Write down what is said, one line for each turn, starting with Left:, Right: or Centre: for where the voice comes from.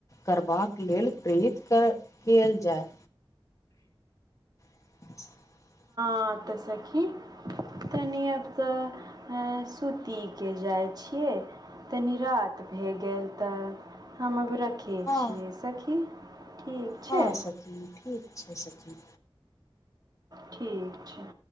Left: करबाक लेल प्रेरित क केल जाय। <unintelligible>
Right: आब तअ सखी तनी अप हां सूतीके जाइ छियै। तनी रात भेए गेल तऽ हम आब रखै
Left: हँ
Right: छियै सखी। ठीक छै
Left: हँ सखी ठीक छै सखी
Right: ठीक छै।